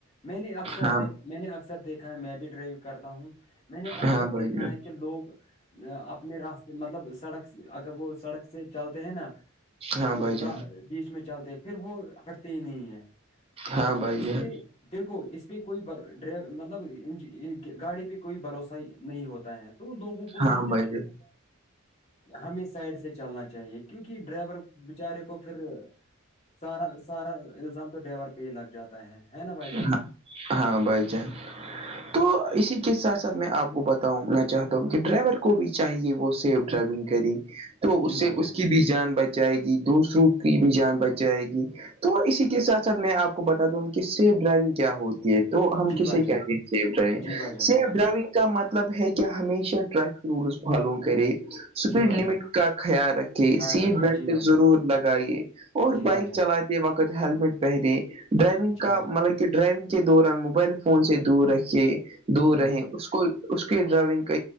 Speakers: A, on the left; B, on the right.
A: میں نے اکثر
B: ہاں
A: د میں نے اکثر دیکھا ہے میں بھی ڈرائیو کرتا ہوں میں نے اکثر
B: ہاں بھائی
A: دیکھا
B: جان
A: ہے کہ لوگ اپنے راستے مطلب سڑک اگر وہ سڑک سے چلتے ہیں نا
B: ہاں
A: تو
B: بھائی جان
A: بیچ میں چلتے پھر وہ ہٹتے ہی نہیں ہیں
B: ہاں
A: تو
B: بھائی
A: اس
B: جان
A: پہ دیکھو اس پہ کوئی ڈ مطلب گاڑی پہ کوئی بھروسہ نہیں ہوتا ہے تو لوگوں کو سوچ
B: ہاں بھائی جان
A: ہمیں سائڈ سے چلنا چاہیے کیونکہ ڈرائیور بچارے کو پھر سارا سارا الزام تو ڈائیور پہ ہی لگ جاتا ہے ہے نا بھائی جان
B: ہاں ہاں بائی جان تو اسی کے ساتھ ساتھ میں آپ کو بتاؤں میں چاہتا ہوں کہ ڈرائیور کو بھی چاہیے وہ سیف ڈرائیونگ کری تو اس
A: جی بھائی
B: سے اس
A: جان
B: کی بھی جان بچائے گی دوسروں کی بھی جان بچائے گی تو اسی کے ساتھ ساتھ میں آپ کو بتاتا ہوں کہ سیف ڈرائیونگ کیا ہوتی ہے تو ہم
A: جی
B: کسے
A: بھائی
B: کیاتے
A: جان
B: ہیں سیف ڈرائیونگ
A: جی بھائی جان
B: سیف
A: جی بھائی
B: ڈرائیونگ
A: جان
B: کا مطلب ہے کہ ہمیشہ ٹریفک رولس فالو کرے اسپیڈ
A: جی بھائی
B: لمٹ
A: جان
B: کا خیال رکھے
A: خیال
B: سیٹ
A: رکھے
B: بیلٹ
A: جی بھائی جان
B: ضرور لگائیے اور
A: جی
B: بائک
A: بھائی جان
B: چلاتے وقت ہیللمٹ پہنےیں ڈرائیونگ
A: جی
B: کا
A: بھائی
B: مطلب کہ کہ ڈرائیونگ کے دوران موبائل فون سے دور رکھے دور
A: جی
B: رہے اس کو اس کی ڈرائیونگ کا